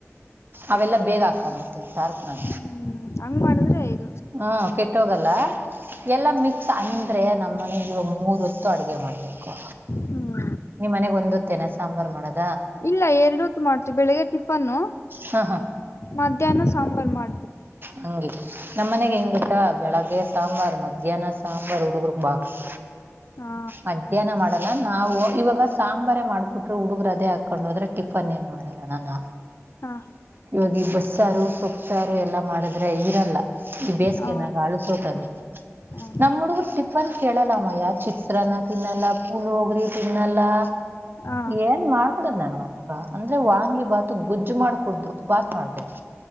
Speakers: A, on the right; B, on the left.
A: ಅವೆಲ್ಲ ಬೇಗ ಹಾಕೊಂಬಟ್ಟೆ ಸಾರ್ಕು ನಾನ.
B: ಹ್ಮ್ ಹಂಗ್ ಮಾಡಿದ್ರೆ ಆಯ್ತ.
A: ಹ್ಮ ಕೆಟ್ಟೋಗಲ್ಲ ಎಲ್ಲಾ ಮಿಕ್ಸ್ ಅಂದ್ರೆ ನ ಮನೆಗೆ ಇವಾಗ ಮೂರ್ ಹೊತ್ತು ಅಡುಗೆ ಮಾಡ್ಬೇಕು
B: ಹ್ಮ್
A: ನಿ್ಮನೆಗ್ ಒಂದ ಹೊತ್ತೇನೆ ಸಾಂಬಾರ್ು ಮಾಡದು.
B: ಇಲ್ಲ ಎರಡುತ್ತು ಮಾಡ್ತುವಿ ಬೆಳಿಗ್ ಟಿಫನ್ನು
A: ಹ ಹ
B: ಮಧ್ಯಾಹ್ನ ಸಾಂಬಾರ್ ಮಾಡ್.
A: ಹಂಗೆ ನಮ್ ಮನೆಗೆ ಹೆಂಗ ಗತ್ತಾ ಬೆಳಗ್. ಮ ಸಾಂಬಾರ್ ಮಧ್ಯಾಹ್ನ ಸಾಂಬಾರ್ ಹುಡುಗರು ಬಾಕ್ಸ್.
B: ಹಾ
A: ಮಧ್ಯಾಹ್ನ ಮಾಡಲ್ಲ ನಾವು. ಇವಾಗ ಸಾಂಬಾರ ಮಾಡ್ಬಿಟ್ರೆ ಹುಡುಗರು ಅದೇ ಹಾಕೊಂಡು ಹೋದ್ರೆ ಟಿಫನ್ ಏನ್ ಮಾಡಲ್ಲ ನಾನ.
B: ಹಾ
A: ಇವಾಗ ಬಸ್ ಸಾರು ಸೊಪ್ಸಾರು ಎಲ್ಲಾ ಮಾಡಿದ್ರೆ ಇರಲ್ಲ. ಈ ಬೇಸಿಗೆನಾಗ
B: ಹ
A: ಆಳಸೋತದ.
B: ಹಾ
A: ನಮ್ಮ್ ಹುಡುಗರು ಟಿಫನ್ ಕೇಳಲ್ಲ ಅಮ್ಮಯ್ಯ ಚಿತ್ರನ ತಿನ್ನಲ್ಲ ಪೂಲ್ಹೋಗ್ರಿ. ತಿನ್ನೆಲ್ಲಾ
B: ಹಾ
A: ಏನ್ ಮಾಡ್ಕೊಡದ್ ನನ ಅಂದ್ರೆ ವಾಂಗಿ ಬಾತ್. ಗುಜ್ಜು ಮಾಡ ಕುಡ್ದು ಬಾತ್ ಮಾಡ್ಬೇಕು.